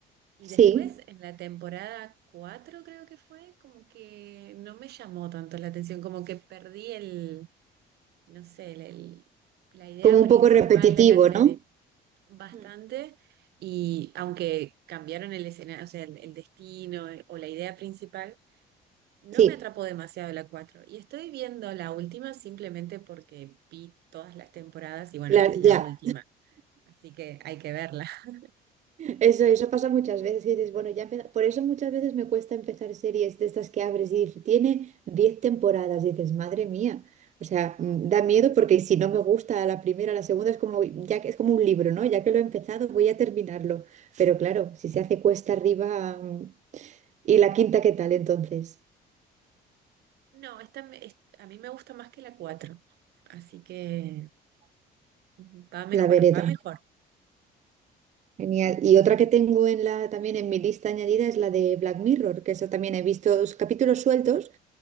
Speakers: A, on the right; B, on the right.
A: Y después
B: Sí,
A: en la temporada 4 creo que fue, como que no me llamó tanto la atención, como que perdí el, no sé, el, el- la idea
B: como
A: principal
B: un poco repetitivo,
A: de la serie
B: ¿no?
A: bastante.
B: Mm.
A: Y aunque cambiaron el escenario, o sea, el, el destino eh, o la idea principal no
B: Sí,
A: me atrapó demasiado la 4 y estoy viendo la última simplemente porque vi todas las temporadas y bueno,
B: claro,
A: esta es la
B: ya.
A: última, así que hay que verla. <laughs>
B: Eso, eso pasa muchas veces y dices, bueno, ya empieza- Por eso muchas veces me cuesta empezar series de estas que abres y dices, tiene 10 temporadas. Y dices, madre mía. O sea,
A: No,
B: mm, da miedo porque si no me gusta la primera, la segunda es como, ya que es como un libro, ¿no? Ya que lo he empezado, voy a terminarlo. Pero claro, si se hace cuesta arriba, mm, ¿y la quinta qué tal entonces?
A: no, esta me- es- a mí me gusta más que la cuatro así que ujú, va mejor,
B: La veré
A: va
B: también.
A: mejor.
B: Genial. Y otra que tengo en la, también en mi lista añadida es la de Black Mirror, que eso también he visto dos capítulos sueltos